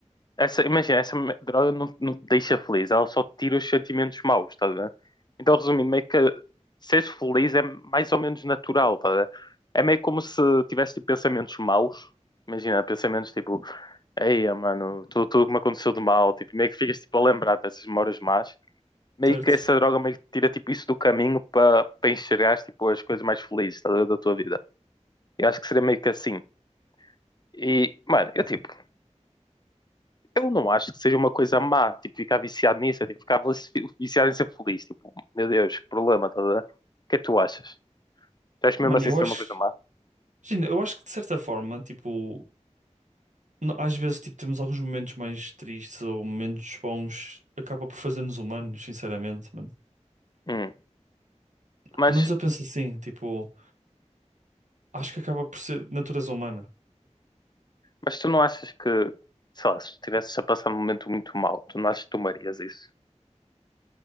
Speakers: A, on the left; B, on the right.
A: Essa, imagina, essa me- droga não, não te deixa feliz, ela só te tira os sentimentos maus, estás a ver? Então, resumindo, meio que seres feliz é mais ou menos natural, estás a ver? É meio como se tivesse tipo, pensamentos maus, imagina, pensamentos tipo, eia, mano, tudo, tudo que me aconteceu de mal, tipo, meio que ficas tipo, a lembrar dessas memórias más, meio
B: certo?
A: que essa droga meio que tira tipo, isso do caminho para para enxergares tipo, as coisas mais felizes, estás a ver, da tua vida. Eu acho que seria meio que assim. E, mano, eu tipo. Eu não acho que seja uma coisa má, tipo, ficar viciado nisso, é, tipo, ficar vici- viciado em ser feliz, tipo, meu Deus, que problema, tá a ver? O que é que tu achas? Tu achas mesmo
B: Mano,
A: assim
B: eu
A: ser
B: acho.
A: uma coisa má?
B: Imagina, eu acho que de certa forma, tipo, no- às vezes, tipo, temos alguns momentos mais tristes ou menos bons, acaba por fazer-nos humanos, sinceramente, mano.
A: Hum. Mas,
B: Pelo menos eu penso assim, tipo, acho que acaba por ser natureza humana.
A: mas tu não achas que, sei lá, se estivesses a passar um momento muito mau, tu não achas que tomarias isso?